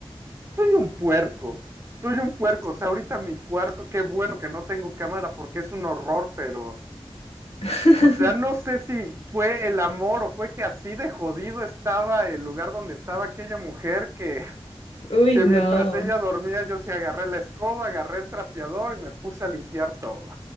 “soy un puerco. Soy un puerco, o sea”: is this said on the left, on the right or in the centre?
Right